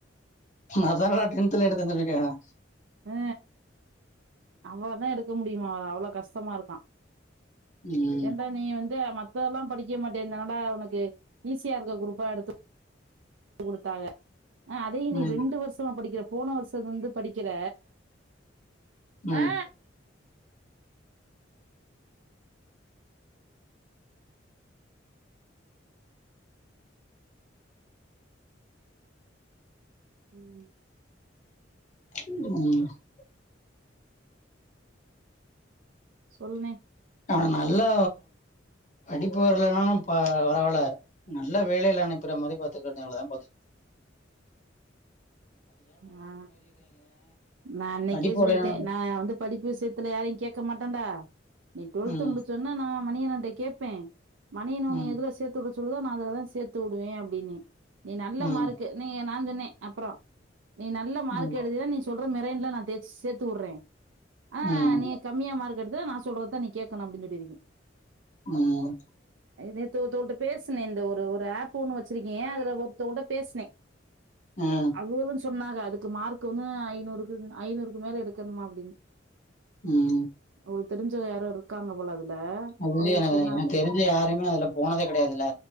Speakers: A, on the left; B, on the right.
A: அதெல்லா டேன்த்ல எடுத்து வந்த்ருவீங்களா
B: அ அவ்ளோதா எடுக்க முடியுமா அவ்ளோ கஷ்டமா இருக்கா
A: ம்
B: ஏண்டா நீ வந்து மத் மத்தெல்லா படிக்க மாட்டேன் தானடா உனக்கு ஈஸியா இருக்க குரூப்பா எடுத்து குடுத்தாக அதையு
A: ம்
B: நீ ரெண்டு வருஷமா படிக்கிற போன வருஷத்லருந்து படிக்கிற
A: ம்
B: அ உம்
A: உம்
B: சொல்ணே
A: அவே நல்லோ படிப்பு வரலன்னாலும் பரவா பரவால்ல நல்ல வேலையில அனுப்புற மாரி பாத்துக்கட்டு அவ்ளோதா பாத்துக்க
B: ஆ நா அன்னைக்கே
A: படிப்பு
B: சொல்லிட்டே
A: வரலனா
B: நா வந்து படிப்பு விஷயத்துல யாரையு கேட்க மாட்டன்டா நீ டொல்து
A: ம்
B: முடிச்ச வொன்னே நா மணியண்ணேட்ட கேப்பே மணியண்ணே உன்ன
A: ம்
B: எதுல சேத்து விட சொல்லுதோ நா அதுலதா சேத்து விடுவே அப்டின்னெ நீ நல்ல
A: ம்
B: மார்க் நீ நா சொன்னே அப்றோ நீ நல்ல மார்க்
A: ம்
B: எடுத்தினா நீ சொல்ற மெரேன்ல நா தேச் சேத்து வுடுறே ஆனா
A: ம்
B: நீ கம்மியா மார்க் எடுத்தா நா சொல்றதா நீ கேட்கலா அப்டின்னு சொல்ட்டு இர்க்கே
A: ம்
B: நேத்து ஒருத்தொ‌வ்ள்ட்ட பேசுனே இந்த ஒரு ஒரு ஆப்போன்னு வச்ருக்கே அதுல ஒருத்தரவொள்ட்ட பேசுனே
A: ம்
B: அவுகளு சொன்னாக அதுக்கு மார்க் ஒன் ஐநூறுக்கு ஐநூறுக்கு மேல எடுக்கணுமா அப்படின்னு
A: ம்
B: அவுகள்க்கு தெருஞ்சவ யாரோ இருக்காங்க போல அதுல
A: அது வந்து
B: அவங்க
A: என
B: சொன்னாங்க
A: ஏ தெரிஞ்ச யாருமே அதுல போனதே கெடையாதுல்ல